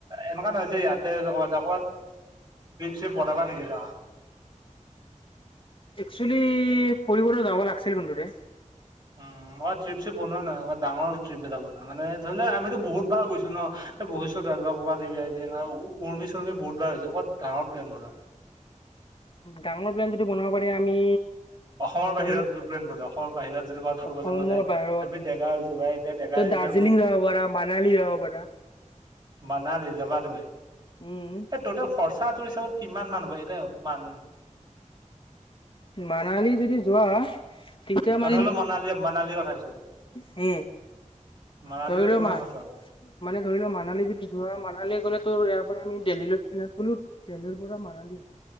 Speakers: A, on the right (about 35°); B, on the left (about 40°).
A: এনেকা নহয় যে ইয়াতে লগত যাব চে বতাবা নেকি ত?
B: একচেলি ফুৰিবো যাব লাগিছিল কোনটো দে?
A: অ মই ট্ৰিপ -চিপ বনোৱা নাই ডাঙৰ ট্ৰিপ এটা বনোৱা মানে ধৰি লোৱা আমিতো বহুত বাৰ গৈছো ন পুহীছো দেব ক'ৰবাত দিবিমবি ন উৰমি চৰ্মি বহুত বাৰ হৈছে ক'ত ডাঙৰ প্লেন বনায়। <unintelligible>
B: ডাঙৰ প্লেন যদি বনাব পাৰি আমি
A: অসমৰ
B: ধৰিলো
A: বাহিৰত বিপ্লেন বনোৱা অসমৰ বাহিৰত যদি ক'ৰবাত ফুৰিব
B: অসমৰ
A: চুৰিব যায়,
B: বাহিৰত
A: আমি ডেকা হৈছো ভাই এতিয়া ডেকা
B: তই দাৰ্জিলিং
A: এতিয়া
B: যাব পাৰা, মানালী যাব পাৰা।
A: মানালি যাবা তুমি,
B: উম
A: এই টোতেল খৰ চা তোৰ হিচাপত কিমান মানুহ হ'ব এটাই অনুমান
B: মানালী যদি যোৱা, তেতিয়া
A: অ',
B: মানে
A: ধৰি
B: সেইটো
A: লও মনালী মানালীৰ কথা কৈছো।
B: হুম।
A: মানালী
B: ধৰি
A: গ'লে
B: লোৱা
A: কিমান
B: মা
A: খৰচা হ'ব
B: মানে ধৰি লোৱা মানালী যদি যোৱা মানালী গলে তোৰ ইয়াৰ পৰা আমি দিল্লীলৈ ট্ৰেনত গ'লো, দেল্লিৰ পৰা মানালী